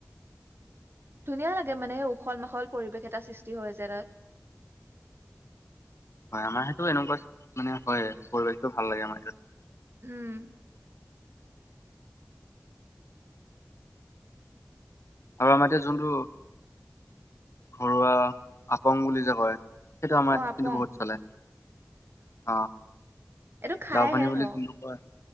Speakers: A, on the right; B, on the left.
A: ধুনীয়া লাগে মানে সেই উখল মাখল পৰিৱেশ এটা সৃষ্টি হয় যে ত
B: হয় আমাৰ সেইটো এনেকুৱা মানে হয় পৰিৱেশটো ভাল লাগে আমাৰ সতে
A: উম
B: আৰু আমাৰ এতিয়া যোনটো ঘৰুৱা আপং বুলি যে কয় সেইটো আমাৰ
A: অ
B: কিন্তু
A: আপং
B: বহুত চলে আহ
A: এইটো খাইহে
B: লাও পানী বুলি
A: ন
B: কোনটো কয়